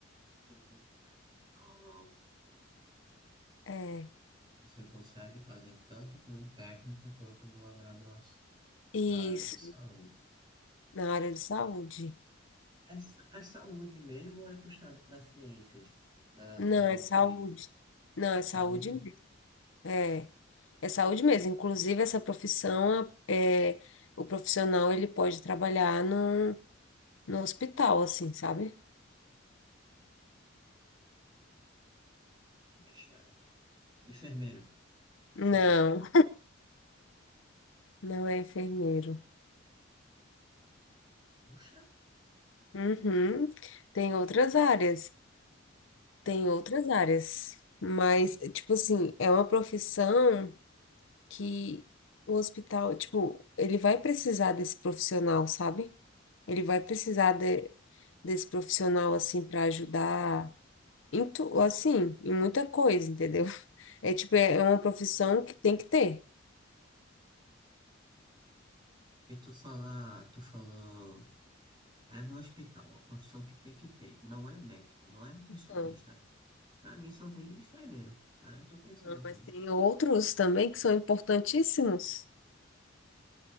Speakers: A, on the right (about 25°); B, on the left (about 70°).
A: Uhum. Qual
B: É,
A: Você consegue fazer tanto com um técnico quanto numa graduação
B: isso,
A: da área de saúde.
B: na área de saúde.
A: A, sa- a saúde mesmo é puxado para ciências, na,
B: Não,
A: na área
B: é
A: de
B: saúde.
A: ciência.
B: Não, é saúde
A: Saúde,
B: mesmo. É, é saúde mesmo. Inclusive, essa profissão, é, o profissional, ele pode trabalhar no, no hospital, assim, sabe?
A: deixa. Enfermeiro, enfermeira.
B: Não, não é enfermeiro.
A: Poxa,
B: Uhum. Tem outras áreas.
A: é.
B: Tem outras áreas, mas, tipo assim, é uma profissão que o hospital, tipo, ele vai precisar desse profissional, sabe? Ele vai precisar de- desse profissional, assim, para ajudar em tu, assim, em muita coisa, entendeu? <laughs> É tipo, é uma profissão que tem que ter.
A: Porque tu falar, tu falou, é no hospital, a profissão que tem que ter. Não é médico, não é nutricionista.
B: Não,
A: Pra mim só vem enfermeiro. Aí eu tô pensando
B: não,
A: aqui.
B: mas tem outros também que são importantíssimos.